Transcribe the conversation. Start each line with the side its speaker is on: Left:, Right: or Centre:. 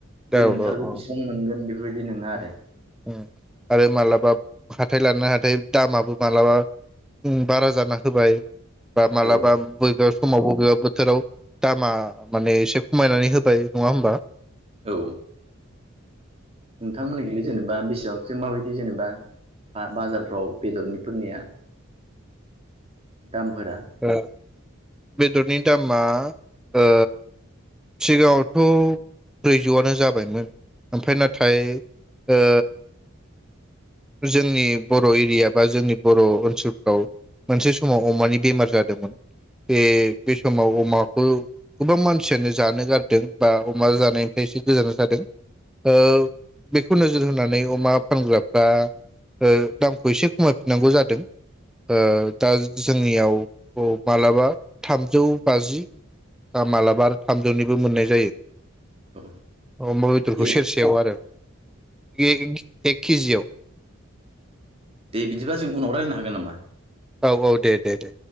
Right: बे
Centre: औ
Right: नोंथारगौ
Centre: औ
Right: बेसिबां मोनगोन बेफोरबायदि नङा
Centre: उम
Right: आरो
Centre: आरो मालाबा हाथाय लाना हाथाय दामाबो मालाबा ओ बारा जाना होबाय बा मालाबा
Right: औ
Centre: बयबो समाव बबेबा बोथोराव दामा माने एसे खमायनानै होबाय नङा होमबा
Right: औ नोंथांमोननि खैलाय जेनेबा बेसेबां जों माबायदि जेनेबा आ बाजारफ्राव बेदरनिफोरनिया दामफोरा
Centre: औ बेदरनि दामा ओ सिगाङावथ ब्रैजौआनो जाबायमोन ओमफ्राय नाथाय ओ जोंनि बर एरिया बा जोंनि बर ओनसोलफ्राव मोनसे समाव अमानि बेमार जादोंमोन बे बे समाव अमाखौ गोबां मानसियानो जानो गारदों बा अमा जानायनिफ्राय एसे गोजान जादों ओ बेखौ नोजोर होनानै अमा फानग्राफ्रा ओ दामखौ एसे खमायफिननांगौ जादों ओ दा जोंनियाव मालाबा थामजौ बाजि मालाबा आरो थामजौनिबो मोननाय जायो
Right: औ
Centre: अमा बेदरखौ
Right: दे
Centre: सेरसेयाव आरो एक एक खिजिआव
Right: दे बिदिबा जों उनाव रायलायनो हागोन नामा
Centre: औ औ दे दे दे